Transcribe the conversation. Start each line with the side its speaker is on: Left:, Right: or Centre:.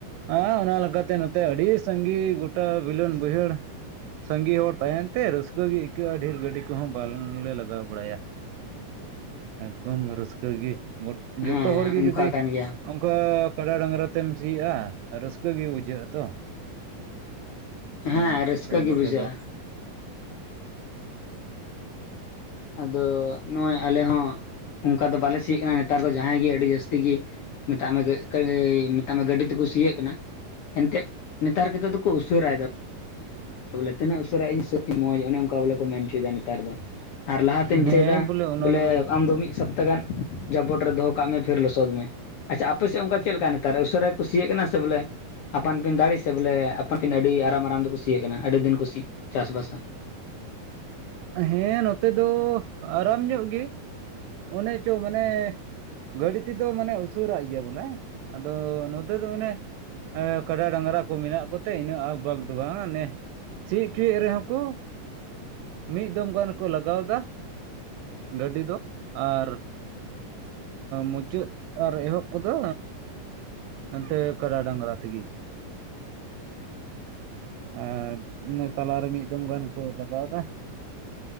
Right: ᱦᱮᱸ ᱚᱱᱟ ᱞᱮᱠᱟᱛᱮ ᱱᱚᱛᱮ ᱟᱹᱰᱤ ᱥᱟᱸᱜᱤ ᱜᱚᱴᱟ ᱵᱤᱞᱟᱹᱱ ᱵᱟᱹᱭᱦᱟᱹᱲ ᱥᱟᱸᱜᱤ ᱦᱚᱲ ᱛᱟᱦᱮᱱᱛᱮ ᱨᱟᱹᱥᱠᱟᱹ ᱜᱤ ᱟᱹᱭᱠᱟᱹᱜᱼᱟ ᱰᱷᱮᱨ ᱜᱟᱹᱰᱤ ᱠᱚᱦᱚᱸ ᱵᱟᱝᱞᱮᱱ ᱜᱮᱞᱮ ᱞᱟᱜᱟᱣ ᱵᱟᱲᱟᱭᱟ ᱮᱠᱫᱚᱢ ᱨᱟᱹᱥᱠᱟᱹᱜ ᱜᱤ ᱡᱚᱛᱚ
Left: ᱦᱮᱸ
Right: ᱦᱚᱲ ᱜᱤ
Left: ᱚᱱᱠᱟ
Right: ᱡᱩᱫᱤ
Left: ᱠᱟᱱ ᱜᱮᱭᱟ
Right: ᱚᱱᱠᱟ ᱠᱟᱰᱟ ᱰᱟᱝᱨᱟ ᱛᱮᱢ ᱥᱤᱭᱟ ᱨᱟᱹᱥᱠᱟᱹ ᱜᱤ ᱵᱩᱡᱷᱟᱹᱜᱼᱟ ᱛᱚ ᱚᱱᱟᱛᱮ
Left: ᱦᱮᱸ ᱨᱟᱹᱥᱠᱟᱹ ᱜᱮ
Right: ᱱᱚᱛᱮ
Left: ᱵᱩᱡᱷᱟᱹᱜᱼᱟ
Right: ᱫᱚ
Left: ᱟᱫᱚ ᱱᱚᱜᱼᱚᱭ ᱟᱞᱮ ᱦᱚᱸ ᱚᱱᱠᱟ ᱫᱚ ᱵᱟᱞᱮ ᱥᱤᱭᱟᱹᱜ ᱠᱟᱱᱟ ᱱᱮᱛᱟᱨ ᱫᱚ ᱡᱟᱦᱟᱸᱭ ᱜᱤ ᱟᱹᱰᱤ ᱡᱟᱹᱥᱛᱤ ᱜᱤ ᱢᱮᱛᱟᱜ ᱢᱮ-ᱢᱮᱛᱟᱜ ᱢᱮ ᱜᱟᱹᱰᱤ ᱛᱮᱠᱚ ᱥᱤᱭᱟᱹᱜ ᱮᱱᱛᱮᱫ ᱱᱮᱛᱟᱨ ᱠᱮᱫᱮ ᱫᱚᱠᱚ ᱩᱥᱟᱹᱨᱟᱭ ᱫᱟ ᱵᱚᱞᱮ ᱛᱤᱱᱟᱹᱜ ᱩᱥᱟᱹᱨᱟ ᱤᱧ ᱢᱚᱸᱡᱽ ᱚᱱᱮ ᱚᱱᱠᱟ ᱵᱚᱞᱮ ᱠᱚ ᱢᱮᱱᱪᱚᱭᱫᱟ ᱱᱮᱛᱟᱨ ᱫᱚ ᱟᱨ ᱞᱟᱦᱟᱛᱤᱧ
Right: ᱦᱮᱸ
Left: ᱫᱤᱥᱟᱹᱭᱫᱟ
Right: ᱚᱱᱟ
Left: ᱵᱚᱞᱮ
Right: ᱠᱚᱫᱚ
Left: ᱟᱢ ᱫᱚ ᱢᱤᱫ ᱥᱚᱯ ᱛᱟ ᱜᱟᱱ ᱡᱟᱵᱚᱴ ᱨᱮ ᱫᱚᱦᱚ ᱠᱟᱜ ᱢᱮ ᱯᱷᱤᱨ ᱞᱚᱥᱚᱫ ᱢᱮ ᱟᱪᱷᱟ ᱟᱯᱮ ᱥᱮᱜ ᱚᱱᱠᱟ ᱪᱮᱜ ᱞᱮᱠᱟ ᱱᱮᱛᱟᱨ ᱩᱥᱟᱹᱨᱟ ᱠᱩ ᱥᱤᱭᱟᱹᱜ ᱠᱟᱱᱟ ᱥᱮ ᱵᱚᱞᱮ ᱟᱯᱟᱱ-ᱟᱹᱯᱤᱱ ᱫᱟᱲᱮ ᱥᱮ ᱵᱚᱞᱮ ᱟᱯᱟᱱ-ᱟᱹᱯᱤᱱ ᱟᱨᱟᱢ-ᱟᱨᱟᱢ ᱛᱮᱠᱚ ᱥᱤᱭᱟᱹᱜ ᱠᱟᱱᱟ ᱟᱹᱰᱤ ᱫᱤᱱ ᱠᱩ ᱥᱤ ᱪᱟᱥᱵᱟᱥᱟ
Right: ᱦᱮᱸ ᱱᱚᱛᱮ ᱫᱚ ᱟᱨᱟᱢ ᱧᱚᱜ ᱜᱮ ᱚᱱᱮ ᱪᱚ ᱢᱟᱱᱮ ᱜᱟᱹᱰᱤ ᱛᱮᱫᱚ ᱢᱟᱱᱮ ᱩᱥᱟᱹᱨᱟᱜ ᱜᱮᱭᱟ ᱵᱚᱞᱮ ᱟᱫᱚ ᱱᱚᱛᱮ ᱫᱚ ᱚᱱᱮ ᱮᱸ ᱠᱟᱰᱟ, ᱰᱟᱝᱨᱟ ᱠᱚ ᱢᱮᱱᱟᱜ ᱠᱚᱛᱮ ᱤᱱᱟᱹᱜ ᱟᱠ-ᱵᱟᱠ ᱫᱚ ᱵᱟᱝᱼᱟ ᱟᱱᱮ ᱥᱤ ᱦᱚᱪᱚᱭᱮᱜ ᱨᱮᱦᱚᱸ ᱠᱚ ᱢᱤᱫ ᱫᱚᱢ ᱜᱟᱱ ᱠᱚ ᱞᱟᱜᱟᱣᱫᱟ ᱜᱟᱹᱰᱤ ᱫᱚ ᱟᱨ ᱢᱩᱪᱟᱹᱫ ᱟᱨ ᱮᱦᱚᱵ ᱠᱚᱫᱚ ᱮᱱᱛᱮ ᱠᱟᱰᱟ, ᱰᱟᱝᱨᱟ ᱛᱮᱜᱤ ᱟᱨ ᱱᱮ ᱛᱟᱞᱟᱨᱮ ᱢᱤᱫ ᱫᱚᱢ ᱜᱟᱱ ᱠᱚ ᱞᱟᱜᱟᱣ ᱫᱟ